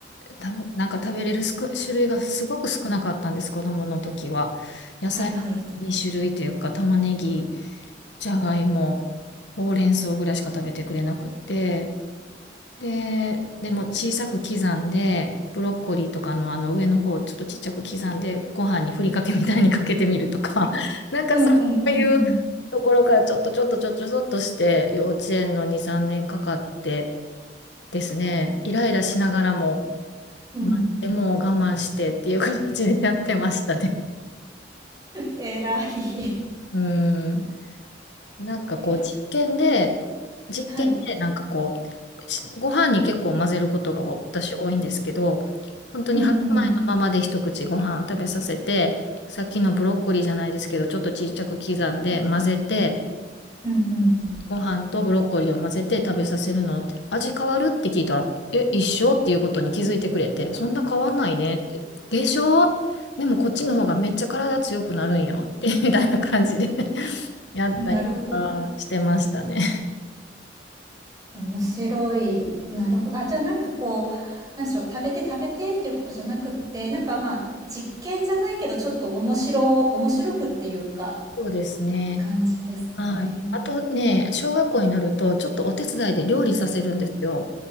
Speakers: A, on the left; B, on the right.
A: たなんか食べれるすく種類がすごく少なかったんです、子供の時は。野菜2種類というか、
B: はいはい。
A: 玉ねぎ、じゃがいも、ほうれん草ぐらいしか食べてくれなくって、で、でも小さく刻んで、ブロッコリーとかのあの上の方をちょっとちっちゃく刻んで、ご飯にふりかけみたいにかけてみるとか、<laughs> なんかそういうところからちょっとちょっとちょっとちょっとして、
B: うんうんうんうん。
A: 幼稚園の2、3年かかってですね、イライラしながらも、
B: うん。
A: まあ、でも我慢してっていう形でやってましたね。<laughs>
B: えらい。<laughs>
A: うん。なんかこう実験で、
B: えらい。
A: 実験でなんかこ
B: はい。
A: う、しご飯に結構混ぜることが私多いんですけど、本当に白米のままで一口ご飯食べさせて、
B: うんうん。
A: さっきのブロッコリーじゃないですけど、ちょっとちっちゃく刻んで混ぜて、
B: うんう
A: ご飯とブロッコリーを混ぜて食べさせるのって、味変わるって聞いたら、え、一緒っていうことに気づいてくれて、そんな変わんないねって。でしょでもこっちの方がめっちゃ体強くなるんよって、<laughs> みたいな感じで <laughs> やったりとかしてましたね。
B: ん。なるほど。面白い。なるほど。あ、じゃあなんかこう、なんでしょう。食べて食べてっていうことじゃなくって、なんかまあ、実験じゃないけど、ちょっと面白、面白くっていうか、
A: そうですね。
B: 感じですかね。
A: はい。あとね、小学校になると、ちょっとお手伝いで料理させるんですよ。